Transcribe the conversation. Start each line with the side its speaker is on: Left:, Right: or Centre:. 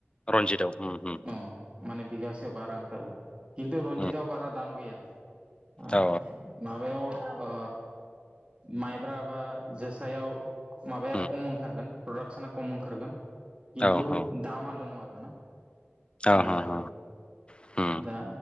Left: रन्जितआव औ रन्जित औ उम उम उम
Right: औ माने बिगासेयाव बारा ओंखारो खिन्थु रनजितआव
Left: उम
Right: बारा दाम गैया ओ
Left: औ
Right: माबायाव ओ माइब्रा बा जोसायाव माबाया
Left: उम
Right: खम ओंखारगोन प्रडाक्सना खम ओंखारगोन खिन्थु
Left: औ औ
Right: दामा दं आ रो ना
Left: औ
Right: बेबायदि
Left: औ उम
Right: दा